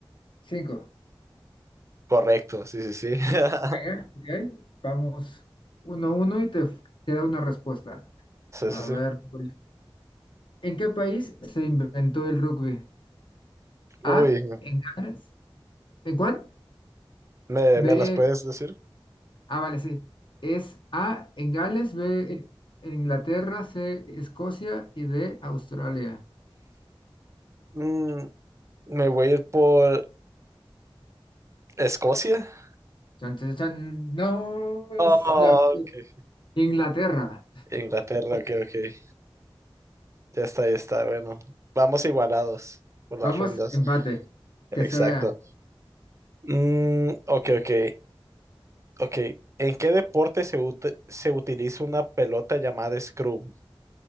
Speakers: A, on the left; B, on the right.
A: Cinco.
B: Correcto, sí, sí, sí. <laughs>
A: Venga, ok. Vamos uno uno y te f- queda una respuesta.
B: Sí,
A: A
B: sí, sí.
A: ver, voy yo. ¿en qué país se inventó el rugby?
B: Uy,
A: A, en Gales. ¿En cuál?
B: ¿me,
A: B,
B: me las puedes decir?
A: ah, vale, sí. Es A, en Gales, B, en en Inglaterra, C, Escocia y D, Australia.
B: Mm, me voy a ir por Escocia. <laughs>
A: Chan, chan, chan. No, es
B: Oh,
A: la
B: ok.
A: Inglaterra.
B: Inglaterra, ok, ok. Ya está, ya está. Bueno, vamos igualados por las
A: Vamos,
B: rondas.
A: empate.
B: Exacto.
A: Que se vea.
B: Mm, ok, ok, ok. ¿En qué deporte se, ut- se utiliza una pelota llamada scrum?